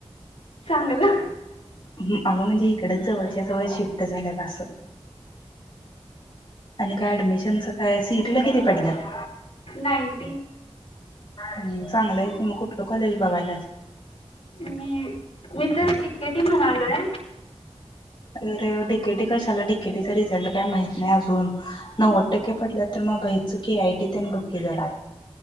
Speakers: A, on the left; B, on the left.
A: चांगलं
B: हं अगं म्हणजे इकडच जवळच्या जवळ शिफ्ट झाल्यात असं. आणि काय ऍडमिशनच काय सीटला किती पडल्यात
A: नाईंटी
B: हम्म, चांगलं हाय. की मग कुठलं कॉलेज बघाल्यास?
A: मी, मी तर डिकेटी म्हणालोय
B: अरं डीकेटी कशाला डीकेटीचा रिझल्ट काय माहित नाही अजून. नव्वद टक्के पडल्यात तर, मग भायचं केआयटी तेन बघ की जरा.